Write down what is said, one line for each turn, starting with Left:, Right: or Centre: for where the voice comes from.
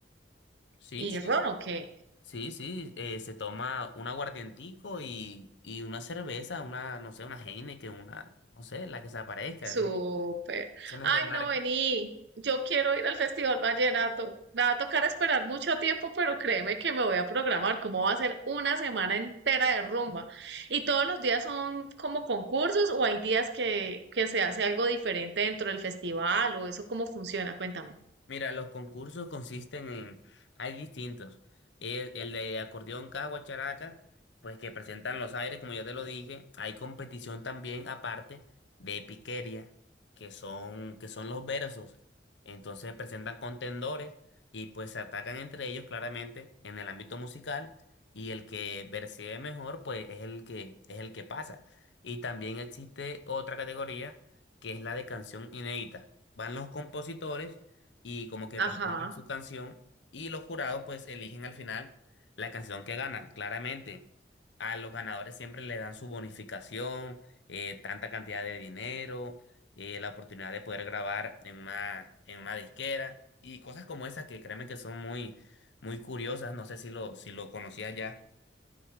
Left: Sí,
Right: y
Left: sí,
Right: ron, ¿o qué?
Left: sí, sí, eh, se toma un aguardientico y, y una cerveza, una, no sé, una Heineken, una, no sé, la que se aparezca,
Right: Súper.
Left: eso no, eso no
Right: Ay,
Left: es de marca.
Right: no, vení. Yo quiero ir al Festival Vallenato. Me va a tocar esperar mucho tiempo, pero créeme que me voy a programar. Como va a ser una semana entera de rumba? ¿Y todos los días son como concursos o hay días que, que se hace algo diferente dentro del festival o eso cómo funciona? Cuéntame.
Left: Mira, los concursos consisten en, hay distintos. El, el de acordeón caja guacharaca, pues que presentan los aires, como ya te lo dije. Hay competición también aparte de piquería, que son, que son los versos. Entonces presentan contendores y pues se atacan entre ellos claramente en el ámbito musical y el que versee mejor, pues es el que, es el que pasa. Y también existe otra categoría que es la de canción inédita. Van los compositores y como que presentan
Right: Ajá.
Left: su canción y los jurados pues eligen al final la canción que gana, claramente. A los ganadores siempre le dan su bonificación, eh, tanta cantidad de dinero, eh, la oportunidad de poder grabar en una, en una disquera y cosas como esas que créeme que son muy, muy curiosas. No sé si lo, si lo conocía ya.